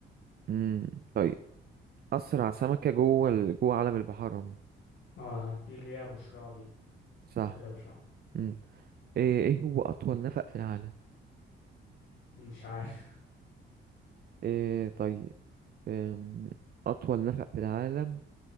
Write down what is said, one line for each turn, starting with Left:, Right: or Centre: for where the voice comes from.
Right: امم طيب أسرع سمكة جوه ال... جوه عالم البحار عموما
Left: اه دي اللي هي بشرى دي
Right: صح
Left: سمكة أبو شراع مم،
Right: امم إيه إيه هو أطول نفق في العالم
Left: مش عارف
Right: إيه طيب أم، أطول نفق في العالم